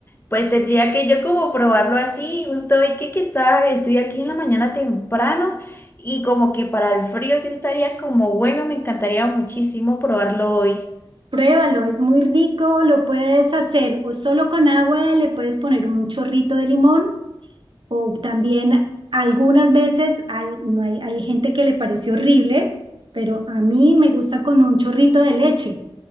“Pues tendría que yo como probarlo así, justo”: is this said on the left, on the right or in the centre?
Left